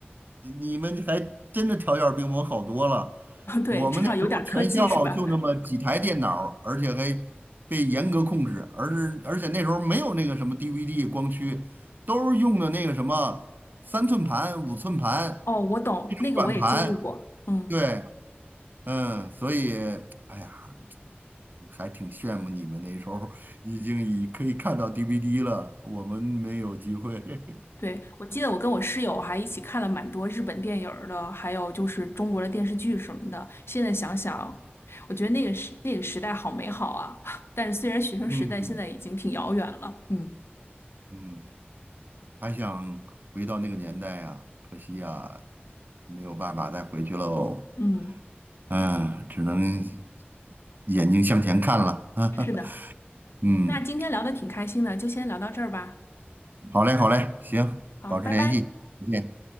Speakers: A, on the right; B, on the left.
A: 你们还真的条件儿比我们好多了。
B: <laughs> 对，
A: 我们那时候全校就那么几台电脑儿而且还被严格控制，
B: 至少有点儿科技是吧？
A: 而是而且那时候没有那个什么 DVD 光驱，都是用的那个什么三寸盘、五寸盘
B: 哦，我懂，
A: 那种软盘。
B: 那个我也经历过。嗯，
A: 对，嗯，所以哎呀，还挺羡慕你们那时候已经已可以看到 DVD 了，我们没有机会。
B: 对，我记得我跟我室友还一起看了蛮多日本电影儿的，还有就是中国的电视剧什么的。现在想想，我觉得那个时那个时代好美好啊！<laughs> 但是虽然学生时代现在已经挺遥远了，
A: <laughs> 嗯。
B: 嗯
A: 嗯，还想回到那个年代呀，可惜呀，没有办法再回去喽。
B: 嗯，
A: 啊，只能眼睛向前看了。<laughs>
B: 是的。
A: 嗯，
B: 那今天聊的挺开心的，就先聊到这儿吧。
A: 好嘞，好嘞，行，
B: 好，
A: 保持联系，
B: 拜拜。
A: 再见。